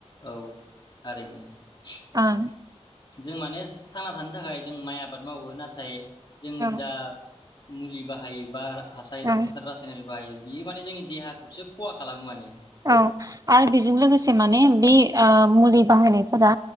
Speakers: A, on the left; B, on the right.
A: औ। थारैनो ।
B: ओं
A: जों माने थांना थानो थाखाय जों माइ आबाद मावो नाथाय जों
B: ओं
A: जा मुलि बाहायो बा हास
B: ओं
A: हासार रासायनारि बायो बियो माने जोंनि देहाखौसो खहा खालामो माने
B: औ आरो बेजों लोगोसे माने बे मुलि बाहायनायफोरा